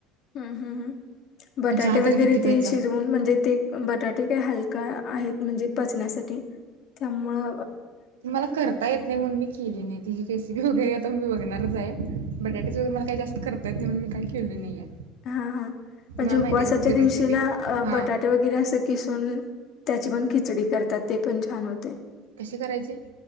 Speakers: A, on the left (about 55°); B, on the right (about 85°).
A: हम्म हम्म हम्म बटाटे
B: मग चहा
A: वगैरे
B: तरी किती प्यायचा?
A: ते शिजवून म्हणजे ते बटाटे का हलका आहेत म्हणजे पचण्यासाठी त्यामुळ
B: मला करता येत नाही म्हणून मी केली नाही तिची रेसिपी बघूया आता मी बघेन णारच आहे. बटाटेच वगैरे मला जास्त कर येत नाही म्हणून मी काही केलंल नाही आहे.
A: हा हा म्हणजे
B: तुम्हाला
A: उपवासाच्या
B: माहिती आहे का कुठली
A: दिवशी
B: रेसिपी?
A: ना
B: हा
A: बटाटे वगैरे असे किसून त्याची पण खिचडी करतात ते पण छान होते.
B: कशी करायची?